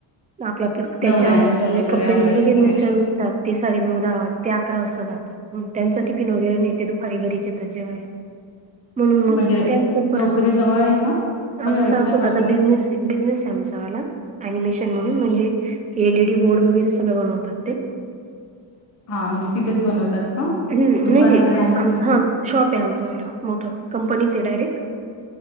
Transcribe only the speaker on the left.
नवऱ्यांचं
वगैरे
आवरायचं
म्हणजे
नोकरी जवळ आहे का?
का व्यवसाय
करतात
हा म्हणजे तिथेच बनवतात? का?
दुकान
वगैरे आहे का
तुमचं